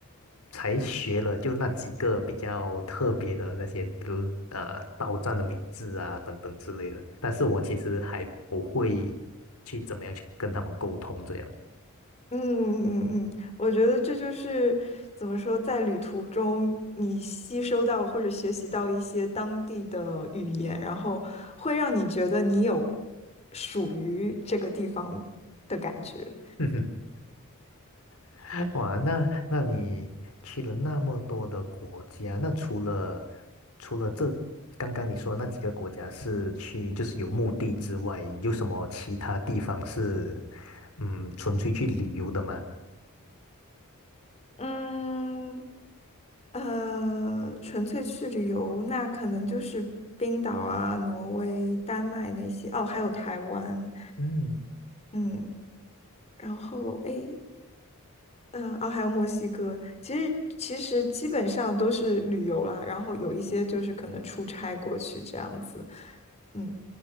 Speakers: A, on the left; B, on the left.
A: 才学了就那几个比较特别的那些，比如呃报站的名字啊等等之类的。但是我其实还不会去怎么样去跟他们沟通这样。
B: 嗯嗯嗯，嗯，我觉得这就是怎么说，在旅途中你吸收到或者学习到一些当地的语言，然后会让你觉得你有属于这个地方的感觉。
A: <laughs> <laughs> 哇，那那你去了那么多的国家，那除了除了这刚刚你说的那几个国家是去就是有目的之外，有什么其他地方是嗯纯粹去旅游的吗？
B: 嗯，呃，纯粹去旅游，那可能就是冰岛啊、挪威、丹麦那些，哦，还有台湾，
A: 嗯，
B: 嗯，然后诶，嗯，哦，还有墨西哥。其实其实基本上都是旅游啦，然后有一些就是可能出差过去这样子。嗯，